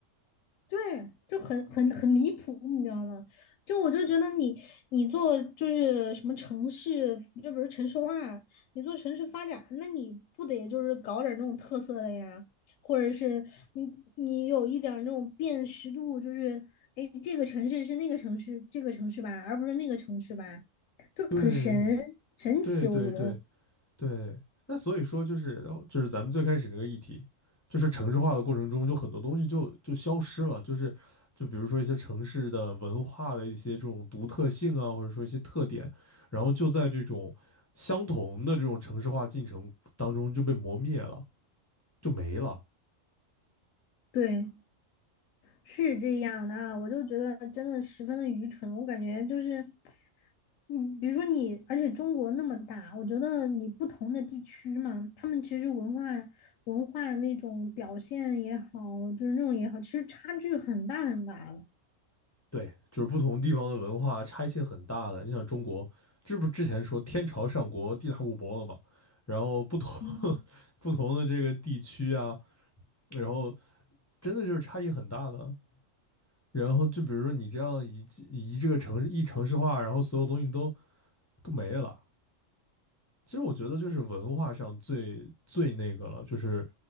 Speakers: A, on the left; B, on the left.
A: 对，就很很很离谱，你知道吗？就我就觉得你你做就是什么城市，就比如城市化啊，你做城市发展，那你不得就是搞点儿那种特色的呀？或者是你你有一点儿那种辨识度，就是哎，诶这个城市是那个城市，这个城市吧，而不是那个城市吧。就很神神奇，
B: 对对对对，
A: 我觉得
B: 对，那所以说就是就是咱们最开始那个议题，就是城市化的过程中，就很多东西就就消失了，就是就比如说一些城市的文化的一些这种独特性啊，或者说一些特点，然后就在这种相同的这种城市化进程当中就被磨灭了，就没了。
A: 对，是这样的啊我就觉得真的十分的愚蠢。我感觉就是，嗯，比如说你，而且中国那么大，我觉得你不同的地区嘛，他们其实文化文化那种表现也好，就是那种也好，其实差距很大很大的。
B: 对，就是不同地方的文化差异性很大的。你想中国，这不之前说天朝上国，地大物博了嘛，然后不同
A: 嗯。
B: <laughs> 不同的这个地区啊。然后真的就是差异很大的。然后就比如说你这样一一这个城市一城市化，然后所有东西都都没了。其实我觉得就是文化上最最那个了，就是